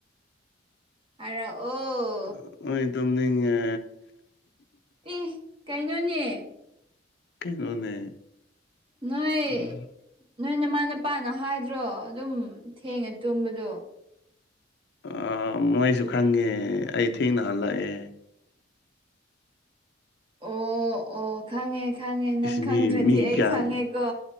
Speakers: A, on the right (about 30°); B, on the left (about 65°).
A: ꯍꯥꯢꯔꯛ ꯑꯣ꯫
B: <unintelligible> ꯇꯨꯝꯅꯤꯉꯦ
A: ꯏꯁ ꯀꯩꯅꯣꯅꯦ꯫
B: ꯀꯩꯅꯣꯅꯦ
A: ꯅꯣꯏ
B: ꯎꯝ.
A: ꯅꯣꯏ ꯅꯃꯥ ꯅꯄꯥꯅ ꯍꯥꯏꯗ꯭ꯔꯣ ꯑꯗꯨꯝ ꯊꯦꯡꯅ ꯇꯨꯝꯕꯗꯣ
B: ꯑꯥ ꯃꯣꯏꯁꯨ ꯈꯪꯉꯦ ꯑꯩ ꯊꯦꯡꯅ ꯍꯜꯂꯛꯑꯦ꯫
A: ꯑꯣ ꯑꯣ ꯈꯪꯉꯦ ꯈꯪꯉꯦ ꯅꯪ
B: ꯏꯁ
A: ꯈꯪꯗ꯭ꯔꯗꯤ
B: ꯃꯤ ꯃꯤ
A: ꯑꯩ
B: ꯒ꯭ꯌꯥꯟ
A: ꯈꯪꯉꯦꯀꯣ